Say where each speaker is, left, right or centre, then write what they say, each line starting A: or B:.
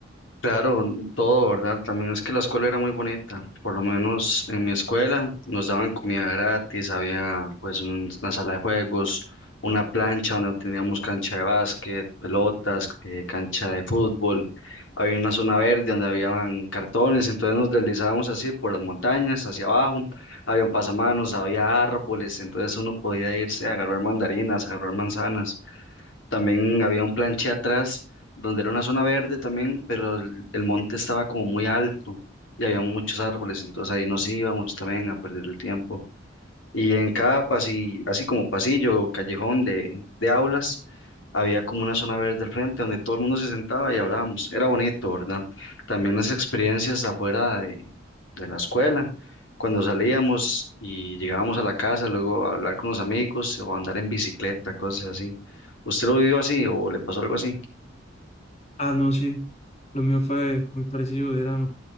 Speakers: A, on the left; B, on the left.
A: Claro, todo, ¿verdad? También es que la escuela era muy bonita, por lo menos en mi escuela nos daban comida gratis, había pues un- una sala de juegos, una plancha donde teníamos cancha de básquet, pelotas, eh, cancha de fútbol, había una zona verde donde habían cartones, entonces nos deslizábamos así por las montañas, hacia abajo, había un pasamanos, había árboles, entonces uno podía irse a agarrar mandarinas, a agarrar manzanas. También había un planche atrás donde era una zona verde también, pero el, el monte estaba como muy alto y había muchos árboles, entonces ahí nos íbamos también a perder el tiempo. Y en cada pasillo, así como pasillo callejón de, de aulas, había como una zona verde al frente donde todo el mundo se sentaba y hablábamos. Era bonito, ¿verdad? También las experiencias afuera de, de la escuela, cuando salíamos y llegábamos a la casa, luego a hablar con los amigos o andar en bicicleta, cosas así. ¿Usted lo vivió así o le pasó algo así?
B: Ah, no, sí, lo mío fue muy parecido, era,